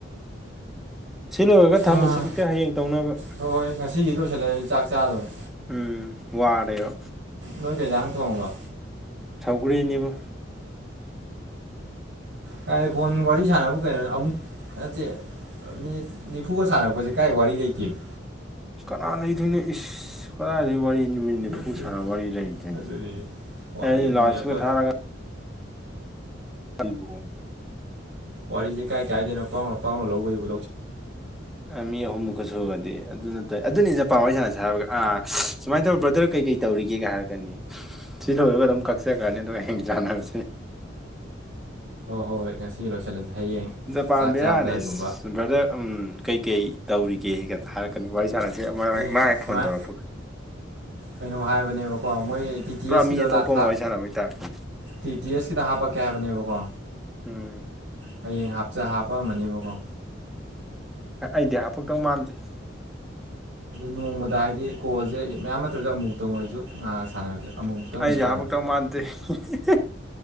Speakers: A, in the centre; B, on the right.
A: ꯁꯤ ꯂꯣꯏꯔꯒ ꯊꯝꯃꯁꯤ
B: ꯑꯥ
A: ꯕꯤꯛꯇꯔ ꯍꯌꯦꯡ ꯇꯧꯅꯕ
B: ꯍꯣ ꯍꯣꯏ ꯉꯁꯤꯒꯤꯗꯤ ꯂꯣꯏꯁꯤꯜꯂ ꯑꯩ ꯆꯥꯛ ꯆꯥꯗꯧꯔꯦ
A: ꯎꯝ ꯋꯥꯔꯦꯕ
B: ꯅꯣꯏ ꯀꯩ ꯑꯟꯖꯥꯡ ꯊꯣꯡꯉꯕ
A: ꯁꯧꯒꯔꯤꯅꯤꯕꯣ
B: ꯀꯥꯏ ꯐꯣꯟ ꯋꯥꯔꯤꯁꯅꯕꯨ ꯀꯩꯅꯣ ꯑꯃꯨꯛ ꯅꯠꯇꯦ ꯃꯤꯅꯤꯠ ꯅꯤꯐꯨꯒ ꯁꯥꯟꯅꯕꯁꯦ ꯀꯥꯏ ꯋꯥꯔꯤ ꯂꯩꯇꯦꯃꯤ
A: ꯀꯅꯥ ꯂꯩꯗꯣꯏꯅꯣ ꯏꯁ ꯀꯗꯥꯏꯗꯒꯤ ꯋꯥꯔꯤꯅꯣ ꯅꯨꯃꯤꯠ ꯅꯤꯐꯨ
B: ꯅꯠꯇꯦ
A: ꯁꯥꯕ ꯋꯥꯔꯤ ꯂꯩꯇꯦꯅꯦ
B: ꯑꯗꯨꯅꯤ ꯋꯥꯔꯤ
A: ꯑꯩ ꯗꯤ
B: ꯑꯗꯨꯅꯤ
A: ꯂꯥꯎꯠ
B: ꯑꯩꯈꯣꯏ
A: ꯁ꯭ꯄꯤꯀꯔ ꯊꯥꯔꯒ ꯀꯜꯕꯨ <unintelligible>
B: ꯋꯥꯔꯤꯁꯦ ꯀꯥꯏ ꯀꯥꯏꯗꯣꯏꯅꯣ ꯄꯡꯂꯧ ꯄꯡꯂꯧ ꯂꯧꯕꯒꯤꯕꯨ
A: ꯃꯤ ꯑꯍꯨꯝꯃꯨꯛꯀ ꯁꯨꯔꯗꯤ ꯑꯗꯨ ꯅꯠꯇꯦ ꯑꯗꯨꯅꯤ ꯖꯄꯥꯟ ꯋꯥꯔꯤ ꯁꯥꯟꯅꯩꯁꯦ ꯑꯥ ꯁꯨꯃꯥꯏꯅ ꯇꯧ ꯕ꯭ꯔꯗꯔ ꯀꯩ ꯀꯩ ꯇꯧꯔꯤꯒꯦ ꯀꯥꯏ ꯍꯥꯏꯔꯛꯀꯅꯤ ꯁꯤ ꯂꯣꯏꯔꯒ ꯑꯗꯨꯝ ꯀꯛꯆꯈ꯭ꯔꯅꯤ ꯑꯗꯨꯒ ꯍꯌꯦꯡ ꯆꯥꯟꯅꯔꯁꯤ
B: ꯍꯣꯏ ꯍꯣꯏ ꯍꯣꯏ ꯉꯁꯤ ꯂꯣꯏꯁꯤꯜꯂꯁꯤ ꯍꯌꯦꯡ
A: ꯖꯄꯥꯟ
B: ꯆꯥꯛ
A: ꯕꯦꯔꯥꯅꯦ
B: ꯆꯥꯔꯝꯗꯥꯏꯒꯨꯝꯕ
A: ꯑꯥ ꯕ꯭ꯔꯗꯔ ꯎꯝ ꯀꯩꯀꯩ ꯇꯧꯔꯤꯒꯦ ꯍꯥꯏꯔꯛꯀꯅꯤ ꯁꯥꯟꯅꯁꯦ
B: ꯍꯌꯦꯡ
A: ꯃꯥꯥꯏ ꯍꯦꯛ
B: ꯁꯨꯃꯥꯏ
A: ꯐꯣꯟ ꯇꯧꯔꯛꯄꯒ
B: ꯀꯩꯅꯣ ꯍꯥꯏꯕꯅꯦꯕꯀꯣ ꯃꯣꯏ ꯇꯤ ꯇꯤ
A: ꯄꯨꯔꯥ
B: ꯑꯦꯁꯀꯤꯗꯣ
A: ꯃꯤ ꯑꯇꯣꯞꯄ
B: ꯂꯥ ꯊꯥ
A: ꯑꯃ ꯋꯥꯔꯤ ꯁꯟꯅꯕꯒꯤ ꯇꯥꯞꯇ
B: ꯇꯤ ꯇꯤ ꯑꯦꯁꯀꯤꯗ ꯍꯥꯞꯄꯛꯀꯦ ꯍꯥꯏꯕꯅꯦꯕꯀꯣ
A: ꯎꯝ
B: ꯍꯌꯦꯡ ꯍꯥꯞꯆ ꯍꯥꯞꯄꯛꯑꯝꯃꯅꯤꯕꯀꯣ
A: ꯑꯩꯗꯤ ꯍꯥꯞꯄꯛꯇꯧ ꯃꯥꯟꯗꯦ
B: ꯅꯣꯡꯃꯗ ꯍꯥꯏꯗꯤ ꯀꯣꯜꯁꯦ ꯃꯌꯥꯝ ꯅꯠꯇ꯭ꯔꯁꯨ ꯑꯃꯨꯛꯇꯪ ꯑꯣꯏꯔꯁꯨ ꯉꯥꯍꯥꯛ ꯉꯥꯍꯥꯛ ꯁꯥꯟꯅꯔꯁꯦ ꯑꯃꯨꯛꯇꯪ ꯑꯣꯏꯔꯁꯨ
A: ꯑꯩꯗꯤ ꯍꯥꯄꯛꯇꯧ ꯃꯥꯥꯟꯗꯦ ꯍꯤꯍꯤꯍꯤ